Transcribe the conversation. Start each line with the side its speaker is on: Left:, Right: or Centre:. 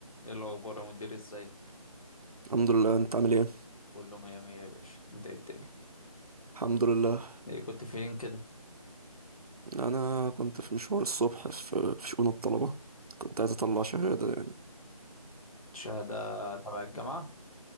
Left: ايه الاخبار يا مدير ازيك
Right: الحمد لله انت عامل ايه
Left: كله مية مية يا باشا انت ايه الدنيا
Right: الحمد لله
Left: ايه كنت فين كده
Right: انا كنت في مشوار الصبح في في شؤون الطلبه كنت عايز اطلع شهاده يعني
Left: شهادة تبع الجامعة